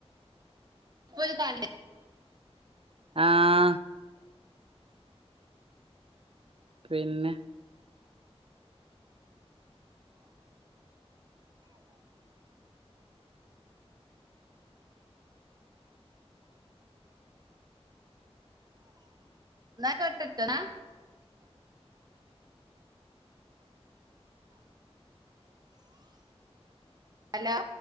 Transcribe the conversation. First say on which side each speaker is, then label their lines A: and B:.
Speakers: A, on the right; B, on the right.
A: ഇപ്പൊര് കളിയാ
B: ആഹ് പിന്നെ <inaudible>
A: ന്നാ ആയികോട്ടെട്ടോ ന്നാ അലോ